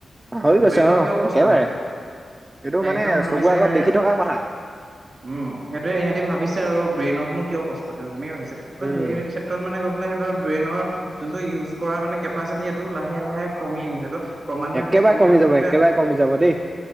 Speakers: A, on the right (about 25°); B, on the right (about 55°).
A: পাহৰি গৈছে
B: ব্ৰেইনক
A: অ',
B: কিয় কষ্ট
A: একেবাৰে
B: দিয়
A: এইটো মানে
B: একদম ভাবিছো
A: চকুৰ আগত
B: ইহতে
A: দেখি থকা কথা আৰু।
B: উম সেইটয়ে ইহঁতি ভাবিছে আৰু ব্ৰেইনকনো কিয় কষ্ট পৰন্ত <unintelligible> অহ সেই
A: উম,
B: ক্ষেত্ৰত মানে সিহঁতৰ ব্ৰেইনৰ যোনটো ইউজ কৰা মানে কেপাচিটি সেইটো লাহে লাহে কমি আহিছে ক্ৰমান্নই
A: একেবাৰে
B: যেতিয়া কমি যাব তেতিয়া
A: একেবাৰে কমি যাব দেই।